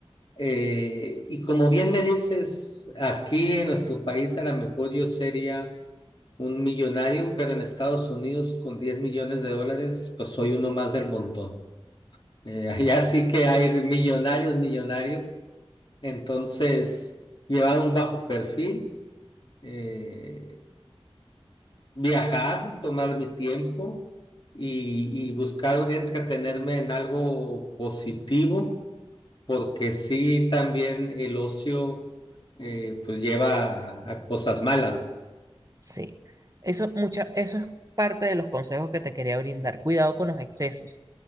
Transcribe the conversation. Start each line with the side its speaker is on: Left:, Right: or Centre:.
Left: Eh, y como bien me dices, aquí en nuestro país a lo mejor yo sería un millonario, pero en Estados Unidos con 10 millones de dólares, pues soy uno más del montón. Eh, <laughs> allá sí que hay millonarios, millonarios. Entonces, llevar un bajo perfil eh, viajar, tomar mi tiempo y, y buscar entretenerme en algo positivo, porque sí, también el ocio eh, pues lleva a, a cosas malas.
Right: Sí, eso, mucha, eso es parte de los consejos que te quería brindar. Cuidado con los excesos.